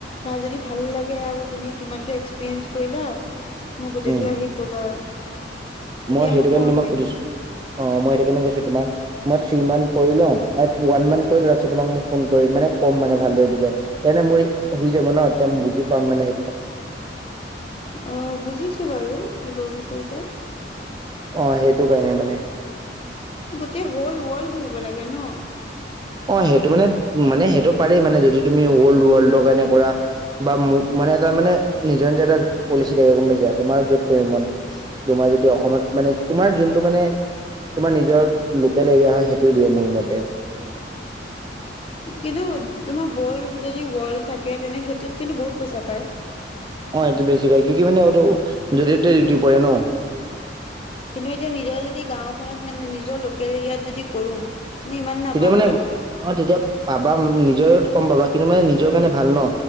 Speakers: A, on the left; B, on the right.
A: বা যদি ভাল লাগে আৰু তুমি কিমানটো এক্সপেৰিএন্স কৰিলা মোক গোটেইটো
B: উম
A: আহি ক'বা। তেতিয়া
B: মই সেইটো
A: সোমাব
B: কাৰণে তোমাক
A: পাৰিম।
B: সুধিছো, অ' মই সেইটো কাৰণে কৈছো তোমাক মই থ্ৰী মান্থ কৰি লও, এক ওৱান মান্থ কৰি ল তাৰপাছত তোমাক মই ফোন কৰিম, মানে কম মানে ভালদৰে বুজাই এনেও মোৰ ই হৈ যাব ন এতিয়া বুজি পাম মানে।
A: অ' বুজিছো বাৰু কি কব বিচাৰিছ।
B: অ' সেইটো কাৰণে মানে।
A: এতে হ'ল ৱৰ্ল্ড ঘূৰিব লাগে ন?
B: অ' সেইটো মানে মানে সেইটো পাৰি মানে যদি তুমি ৱল ৱৰ্ল্ডৰ কাৰণে কৰা বা মানে তাৰ মানে নিজৰ নিজৰ এটা পলিচি থাকে গম পাইছা তোমাৰ যত কৰিব মন তোমাৰ যেতিয়া অসমত মানে তোমাৰ যোঁনটো মানে তোমাৰ নিজৰ লোকেল এৰিয়া হয় সেইটো দিয়ে মোৰ মতে।
A: কিন্তু তোমাৰ <unintelligible> যদি ৱল থাক কে তেনে সেইটোত কিন্তু বহুত পইচা পায়।
B: অ' সেইটো বেছি পায়। কি কি মানে সেইটো যতে তটে ডিউটি পৰে ন।
A: কিন্তু এতিয়া নিজৰ যদি গাওঁ খনত মানে নিজৰ লোকেল এৰিয়াত যদি কৰো তেতিয়া ইমান নাপাম
B: তেতিয়া মানে
A: ন?
B: অ তেতিয়া পাবা নিজৰ কম পাবা কিন্তু মানে নিজৰ কাৰণে ভাল ন,